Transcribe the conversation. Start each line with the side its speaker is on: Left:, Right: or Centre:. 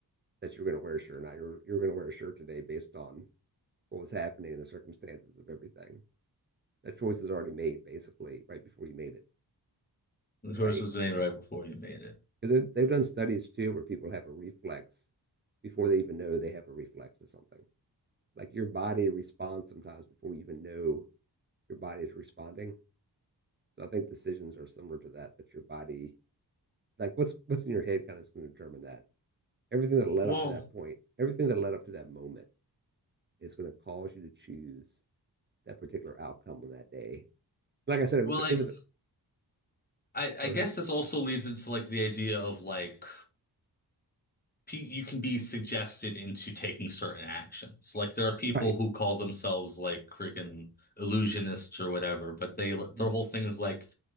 Right: that you're going to wear a shirt or not. You're, you're going to wear a shirt today based on what was happening and the circumstances of everything. That choice is already made basically right before you made it,
Left: The choice
Right: right?
Left: was made right before you made it.
Right: Because they've done studies too where people have a reflex before they even know they have a reflex to something. Like your body responds sometimes before you even know your body is responding. So I think decisions are similar to that, that your body like what's what's in your head kind of is going to determine that everything that led
Left: Well,
Right: up to that point everything that led up to that moment is going to cause you to choose that particular outcome on that day like i said if
Left: well,
Right: it's
Left: like
Right: a, it was a,
Left: I, I
Right: go
Left: guess
Right: ahead.
Left: this also leads into like the idea of like you can be suggested into taking certain actions. Like there are people
Right: right
Left: who call themselves like freaking illusionists or whatever, but they their
Right: mm-hmm.
Left: whole thing is like